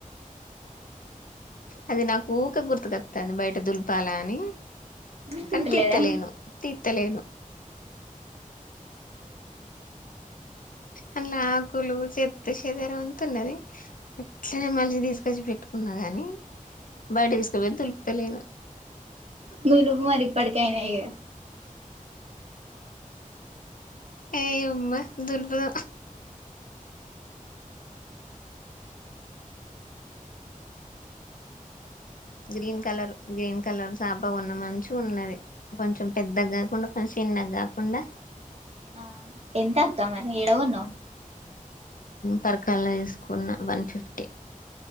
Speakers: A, on the left; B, on the right.
A: అది నాకు ఊకే గుర్తుకొత్తాంది బయట దుల్పాలని
B: గుర్తుంటలేదా
A: కన్‌తిత్తలేను తీర్తలేను అందులో ఆకులు చెత్త చెదరవంతున్నది అట్లనే మళ్ళి తీసుకొచ్చి పెట్టుకున్నా గాని బయటికి తీస్కోబోయి దులుపు తెలీదు
B: గులు మరి ఇప్పటికైనా ఇక
A: ఏ ఉమ్మ దుర్భద గ్రీన్ కలర్ గ్రీన్ కలర్ చాప ఉన్న మంచి ఉన్నది కొంచెం పెద్ద కాకుండా కొంచెం చిన్న కాకుండా
B: ఆ ఎంతక్క మరి ఏడ కొన్నావ్
A: పరకాల వేసుకున్న వన్ ఫిఫ్టీ